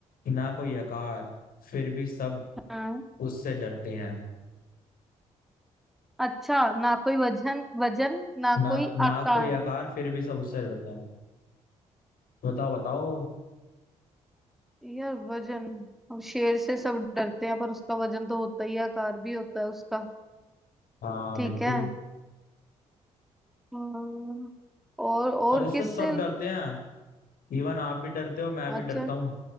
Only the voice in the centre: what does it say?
हाँ
अच्छा ना कोई वजन वजन ना
कोई
आकार
यार वजन अब शेर से सब डरते हैं पर उसका वजन तो होता ही है, आकार भी होता है उसका
ठीक
है अम्म, और और
किससे
अच्छा